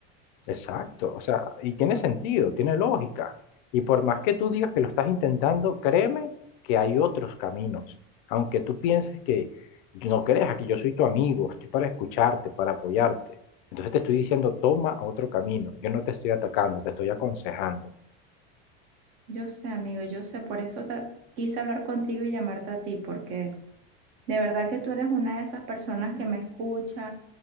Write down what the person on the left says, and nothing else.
Exacto, o sea, y tiene sentido, tiene lógica. Y por más que tú digas que lo estás intentando, créeme que hay otros caminos. Aunque tú pienses que no creas que yo soy tu amigo, estoy para escucharte, para apoyarte. Entonces te estoy diciendo, toma otro camino. Yo no te estoy atacando, te estoy aconsejando.